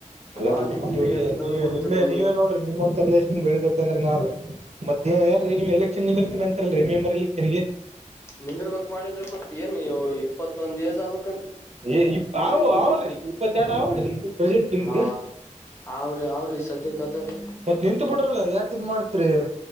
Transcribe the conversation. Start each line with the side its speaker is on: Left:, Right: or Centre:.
Right: ಅಲ್ಲಾ
Left: ಬಾಲಿಂಗ್
Right: ಬಿಟ್ಟ ಬಿಟ್ಟಿವ್ರಿ
Left: ಗಿಲಿಂಗ್ ಎಲ್ಲಾ
Right: ನೀವ
Left: ತಂದ್ ಕೊಡ್ತರಿ
Right: ನಿಮ್ಮ ನೀವೇ
Left: ನೀವು
Right: ನೋಡ್ರಿ ನಿಮ್ಮ್ ಒಂತ ರಿಲೇಷನ್ ಬೆಳಿಬೇಕ ಅಂದ್ರೆ ನಾವ್ರಿ ಮತ್ ನೀ ಏನ್ರಿ ನೀವು ಎಲೆಕ್ಷನ್ಂದಿರ್ತನ ಅಂತಲ್ರೀ ಮೇಂಬರ್ ಎಲೆಕ್ಷನ್ಗೆ.
Left: ನಿಂದ್ರಬೇಕ್ ಮಾಡೇನ ಮತ್ತತ್ ಏನ್ ಇಪ್ಪತ್ತೊಂದ್ ಏಜ್ ಅಗ್ಬೇಕ್
Right: ಏ ಇ ಅವ ಅವಲ್ರಿ ಇಪ್ಪತ್ತೆರಡು ಅವಲ್ರಿ ಪ್ರೆಸೆಂಟ್ ನಿಮ್ಗೆ
Left: ಹಾ ಅವ್ರಿ ಅವ್ರಿ ಸದ್ಯಕ್ಕೆ ಅದರಿ
Right: ಮತ್ ನಿಂತು ಬಿಡ್ರಲ್ಲ ಯಾಕಿದ್ ಮಾಡ್ತ್ರಿ